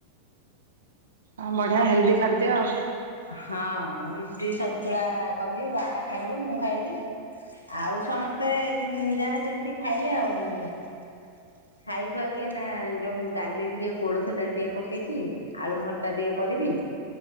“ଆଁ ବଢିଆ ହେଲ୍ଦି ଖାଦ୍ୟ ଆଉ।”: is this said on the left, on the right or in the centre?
Right